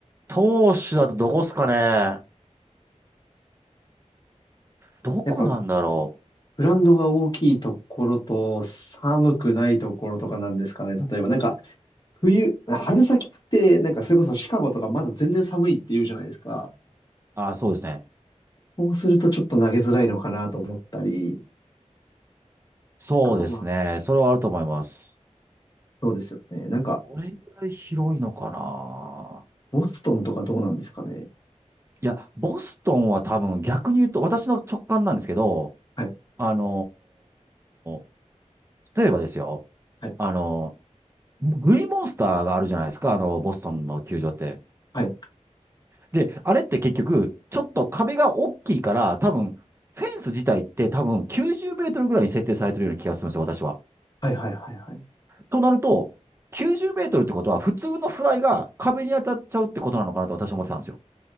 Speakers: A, on the right; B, on the left.
A: 投手だとどこっすかねどこなんだろ
B: やっぱ、グラウンドが大きいところと、寒くないところとかなんですかね。例えばなんか、冬、春先って、なんかそれこそシカゴとかまだ全然寒いって言うじゃないですか。
A: うああ、そうですね。
B: そうするとちょっと投げづらいのかなと思ったり、
A: そうですね。
B: あとまあ、
A: それはあると思います。
B: そうですよね。なんか、
A: これぐらい広いのかな
B: ボストンとかどうなんですかね。
A: いや、ボストンは多分逆に言うと、私の直感なんですけど、
B: はい、
A: あのー例えばですよ、
B: はい、
A: あのーグリーンモンスターがあるじゃないですか、あの、ボストンの球場って。
B: はい、
A: で、あれって結局、ちょっと壁が大きいから、多分、フェンス自体って多分90メートルぐらいに設定されてるような気がするんですよ、私は。
B: はい、はい、はいはい。
A: となると、90メートルってことは、普通のフライが壁に当たっちゃうってことなのかなと私は思ってたんですよ。